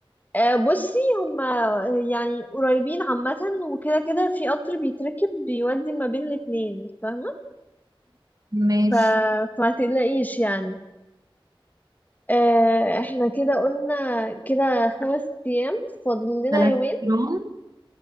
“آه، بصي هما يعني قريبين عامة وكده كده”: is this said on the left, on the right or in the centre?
Left